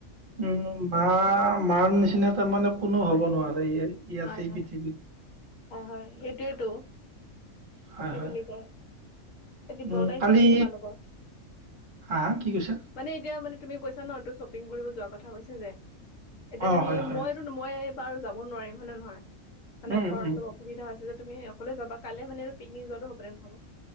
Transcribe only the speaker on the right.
<inaudible> উম', বা মাৰ নিচিনা তাৰ মানে কোনো
হ'ব নোৱাৰে ইয়াতে
এই
পৃথিৱীত
হয়
হয়
উম
কালি
হা -হা কি কৈছা?
অ
হয় হয়
উম
উম উম।